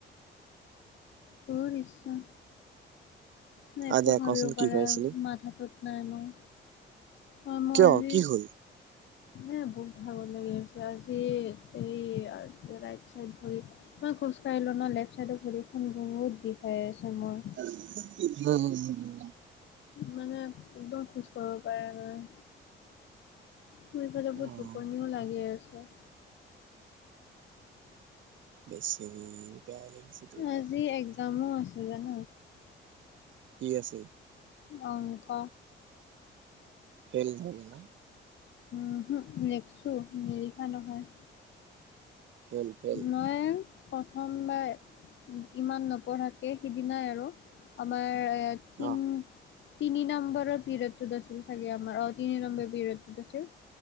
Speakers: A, on the left; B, on the right.
A: বহুত ইচ্ছা মই একো
B: অ', দে
A: ভাবিব
B: কচোন কি
A: পাৰা
B: কৈ আছিলি?
A: মাথাটোত নাই মই। অ', মই
B: কিয়
A: আজি
B: কি হ'ল?
A: এ বহুত ভাগৰ লাগি আছে আজি সেই অ' ৰাইট চাইড ভৰি মই খোজ কঢ়িলোঁ ন লেফ্ট চাইডৰ ভৰিখন বহুত বিষাই আছে মোৰ।
B: <inaudible>
A: মানে একদম খোজ কঢ়িব পাৰা নাই। মোৰ এইফালে বহুত
B: অ',
A: টোপনিও লাগে আছে।
B: বেচেৰি বেয়াই লাগিছে। তোৰ গাত।
A: আজি একজামো আছে জান!
B: কি আছে?
A: অংক।
B: ফেইল চাগে ন?
A: উহো, লেখছোঁ নিলিখা নহয়।
B: ফেল ফেল
A: মইয়ে প্ৰথমবাৰ ইমান নপঢ়াকে সিদিনাই আৰু আমাৰ ইয়াত তিন
B: অ'।
A: তিনি নম্বৰৰ পিৰিয়ডতটোত আছিল চাগে আমাৰ অ' তিনি নম্বৰ পিৰিয়ডতটোত আছিল।